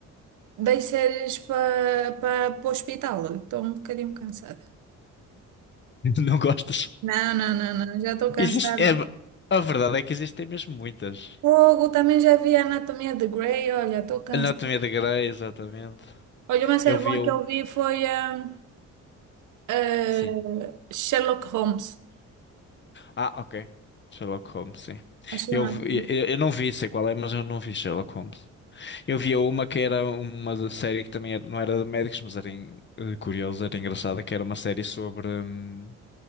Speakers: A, on the right; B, on the left.
A: das séries para para o hospital, estou um bocadinho cansada.
B: <laughs> Não gostas?
A: Não, não, não, não, já estou cansada.
B: Existe, é, a verdade é que existem mesmo muitas.
A: Fogo, também já vi a Anatomia de Grey, olha, estou cansada.
B: Anatomia de Grey, exatamente.
A: Olha, uma série
B: Eu vi
A: boa
B: um,
A: que eu vi foi eh, eh,
B: sim.
A: Sherlock Holmes,
B: Ah, ok. Sherlock Holmes, sim.
A: acho que
B: Eu,
A: é assim.
B: vi- eu, eu não vi, sei qual é, mas eu não vi Sherlock Holmes. Eu via uma que era uma da- série que também era- não era de médicos, mas era en- eh, curiosa, era engraçada, que era uma série sobre, hum,